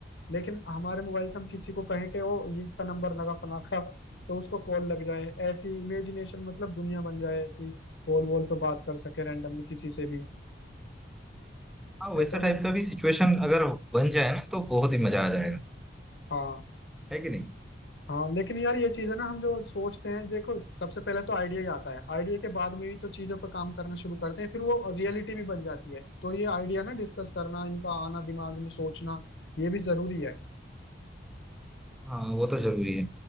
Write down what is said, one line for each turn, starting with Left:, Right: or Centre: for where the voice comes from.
Left: लेकिन हमारे मोबाइल से हम किसी को कहें कि वो ये इसका नंबर लगा फलां का तो उसको कॉल लग जाए ऐसी इमेजिनेशन मतलब दुनिया बन जाए ऐसी वॉल वॉल पे बात कर सके रैंडमली किसी से भी
Centre: हाँ वैसा
Left: ऐसा
Centre: टाइप
Left: भी
Centre: का भी सिचुएशन अगर बन जाए ना तो बहुत ही मजा आ जाएगा
Left: हाँ
Centre: है कि नहीं
Left: हाँ लेकिन यार ये चीज है ना हम जो सोचते हैं देखो सबसे पहले तो आइडिया ही आता है आइडिया के बाद में भी तो चीजों पर काम करना शुरू करते हैं फिर वो रियलिटी भी बन जाती है तो ये आइडिया ना डिस्कस करना इनका आना दिमाग में सोचना ये भी जरूरी है
Centre: हाँ वो तो जरूरी है